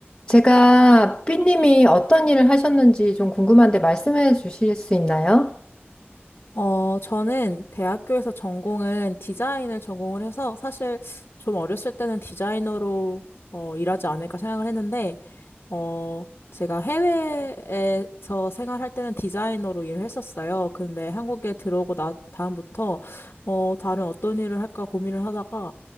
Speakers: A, on the left; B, on the left.
A: 제가 삐님이 어떤 일을 하셨는지 좀 궁금한데 말씀해 주실 수 있나요?
B: 어, 저는 대학교에서 전공은 디자인을 전공을 해서 사실 좀 어렸을 때는 디자이너로 어, 일하지 않을까 생각을 했는데 어, 제가 해외에서 생활할 때는 디자이너로 일을 했었어요. 근데 한국에 들어오고 나, 다음부터, 어, 다른 어떤 일을 할까 고민을 하다가